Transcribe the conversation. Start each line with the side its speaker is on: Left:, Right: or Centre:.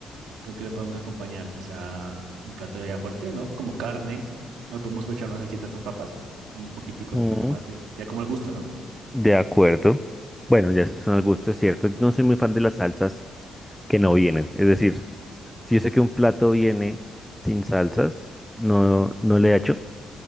Right: Creo que le podemos acompañar quizá un plato ya fuerte, ¿no? Como carne. O le podemos echar una salsita a estas papas. Un poquitico
Centre: Mm,
Right: de salsa de tomate. Ya como el gusto, ¿no?
Centre: de acuerdo. Bueno, ya esos son al gusto, es cierto. No soy muy fan de las salsas que no vienen. Es decir, si yo sé que un plato viene sin salsas, no, no le echo,